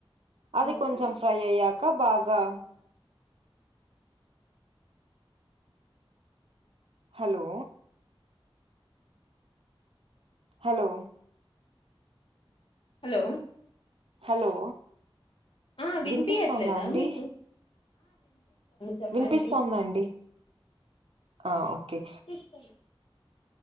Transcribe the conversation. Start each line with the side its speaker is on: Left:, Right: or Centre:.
Right: అది
Left: ఓకే
Right: కొంచెం ఫ్రై అయ్యాక బాగా హలో హలో
Left: హలో
Right: హలో
Left: ఆ వినిపియ్యట్లేదా
Right: వినిపిస్తోందా అండి
Left: మీకు చెప్పండి
Right: వినిపిస్తాంది అండి ఆ ఓకే
Left: ఇస్తాను